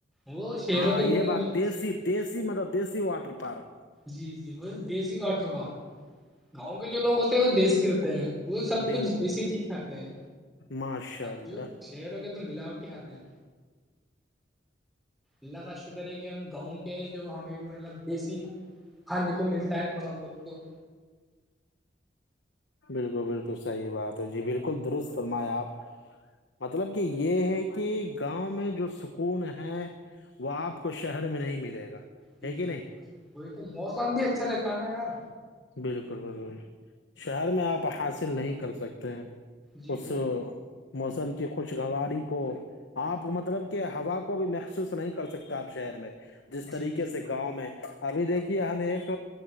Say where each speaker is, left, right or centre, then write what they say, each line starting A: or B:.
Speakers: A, in the centre; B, on the left.
A: وہ شہروں
B: ہاں
A: کی طرح
B: یہ بات
A: نہیں دیسی،
B: دی دیسی مطلب دیسی واٹر پارک
A: جی جی بے دیسی واٹر پارک گاؤں کے جو لوگ ہوتے ہیں وہ دیسی ہوتے ہیں وہ سب
B: بالکل
A: کچھ دیسی چیز کھاتے ہیں
B: ماشاء
A: آب
B: اللہ
A: جو چہروں کے تو ملاوٹ کھاتے ہیں اللہ کا شکر ہے کہ ہم گاؤں جو ہمیں بھی مطلب دیسی کھانے کو ملتا ہے تھوڑا بہت تو
B: بالکل بالکل صحیح بات ہے جی بالکل درست فرمائےیں آپ مطلب کہ یہ ہے کہ گاؤں میں جو سکون ہے وہ آپ کو شہر میں نہیں ملے گا
A: جییک
B: ہے کہ
A: جی
B: نہیں
A: وہی تو موسم بھی اچھا رہتا ہے نا یار
B: بالکل بلکل شہر میں آپ حاصل نہیں کر سکتے
A: جی
B: اس
A: وہی
B: موسم کی خوشگواری کو آپ مطلب کہ ہوا کو بھی محسوس نہیں کر سکتا آپ شہر میں جس
A: جی
B: طریقے سے گاؤں میں ابھی دیکھیے ہم ایک